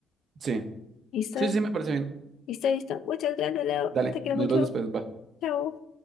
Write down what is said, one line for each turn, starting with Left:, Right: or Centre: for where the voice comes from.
Right: Sí.
Left: ¿Listo?
Right: Sí, sí, me parece bien.
Left: ¿Listo, listo? Muchas gracias, Leo.
Right: Dale,
Left: Te quiero
Right: nos
Left: mucho.
Right: vemos después, va.
Left: Chao.